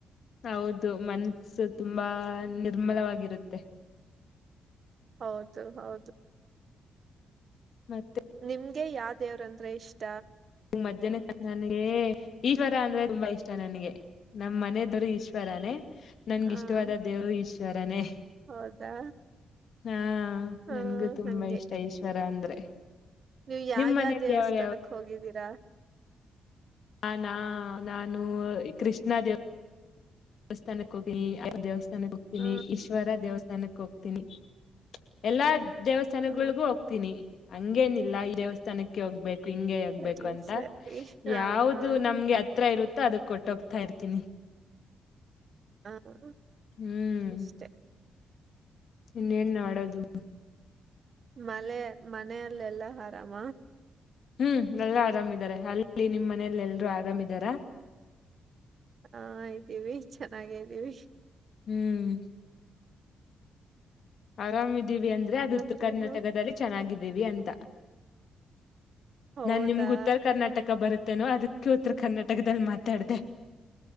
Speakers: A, on the left (about 65°); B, on the right (about 55°).
A: ಹೌದು ಮನಸು ತುಂಬಾ ನಿರ್ಮಲವಾಗಿರುತ್ತೆ.
B: ಹೌದು ಹೌದು
A: ಮತ್
B: ನಿಮ್ಗೆ ಯಾವ್ ದೇವ್ರಂದ್ರೆ ಇಷ್ಟ
A: <unintelligible> ನನಗೆ ಈಶ್ವರ ಅಂದ್ರೆ ತುಂಬಾ ಇಷ್ಟ ನನಗೆ ನಮ್ ಮನೆದೊರೆ ಈಶ್ವರನೇ ನನ್ಗ್
B: ಹ
A: ಇಷ್ಟವಾದ ದೇವರು ಈಶ್ ಶ್ವರನೇ
B: ಹೌದಾ
A: ಹಾ
B: ಹ
A: ನನ್ಗೂ ತುಂಬಾ
B: ಹಂಗೆ
A: ಇಷ್ಟ ಈಶ್ವರ ಅಂದ್ರೆ.
B: ನೀವ್ ಯಾವ್
A: ನಿಮ್ ಮನೆ
B: ಯಾವ್ ದೇವಸ್ಥಾನಕ್
A: ದೇವ್ರು
B: ಹೋಗಿದ್ದೀರಾ
A: ನಾನಾ ನಾನು ಕೃಷ್ಣ ದೇವ್ ಸ್ಥಾನಕ್ಕೆ ಹೋಗಿನಿ <unintelligible> ಸ್ಥಾನಕ್ಕ್ ಹೋಗ್ತೀನಿ
B: ಹ
A: ಈಶ್ವರ ದೇವಸ್ ಸ್ಥಾನಕ್ಕೆ ಹೋಗ್ತೀನಿ ಎಲ್ಲಾ ದೇವಸ್ಥಾನಗಳಿಗೂ
B: ಹ
A: ಹೋಗ್ತೀನಿ ಹಂಗೇನಿಲ್ಲ ಈ ದೇವಸ್ಥಾನಕ್ಕೆ ಹೋಗ್ಬೇಕ್ ಹಿಂಗೆ ಆಗ್ಬೇಕು
B: ಸರಿ
A: ಅಂತ
B: ಸರಿ ಹಾ
A: ಯಾವ್ದು ನಮ್ಗೆ ಹತ್ರ ಇರುತ್ತೋ ಅದಕ್ ಕೊಟ್ಟೋಗ್ತಾ ಇರ್ತೀನಿ.
B: <unintelligible>
A: ಹ್ಮ್
B: ಅಷ್ಟೆ
A: ಇನ್ನೇನ್ ಆಡದು
B: ಮಳೆ ಮನೆಯಲ್ಲೆಲ್ಲಾ ಆರಾಮ
A: ಹ್ಮ್ ಎಲ್ಲ ಆರಾಮಿದಾರೆ ಅಲ್ಲಿ ನಿಮ್ ಮನೇಲ್ಲಲ್ರೂ ಆರಾಮಿದಾರ
B: ಹಾ ಇದ್ದೀವಿ ಚೆನ್ನಾಗ್ದೀವಿ
A: ಹ್ಮ್ ಆರಾಮ್ದ ಇದವಿ ಅಂದ್ರೆ ಅದು
B: ಮತ್ತೇನು
A: ಉತ್ತರ ಕರ್ನಾಟಕದಲ್ಲಿ ಚೆನ್ನಾಗಿದೆ ರಿವಿ ಅಂತ
B: ಹೌದಾ
A: ನಾನ್ ನಿಮ್ಗ ಉತ್ತರ ಕರ್ನಾಟಕ ಬರುತ್ತೆ ತ್ತೆನೋ ಅದಕ್ಕೆ ಉತ್ತರ ಕರ್ನಾಟಕದಲ್ಲಿ ಮಾತಾಡ್ದ